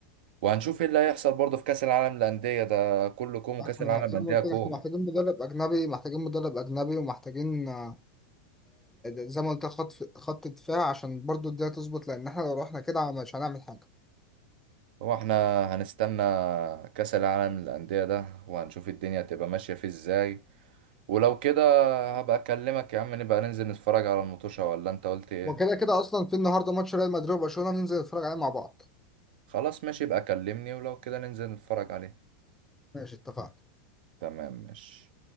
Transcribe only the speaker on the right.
وهنشوف ايه اللي هيحصل برضه في كأس العالم للأندية ده كله كوم وكأس
العالم
للأندية
كوم
هو احنا هنستنى كأس العالم للأندية ده وهنشوف الدنيا هتبقى ماشية فيه ازاي ولو كده هبقى اكلمك يا عم نبقى ننزل نتفرج على المطوشة ولا انت قلت ايه
خلاص ماشي يبقى كلمني ولو كده ننزل نتفرج عليه
تمام ماشي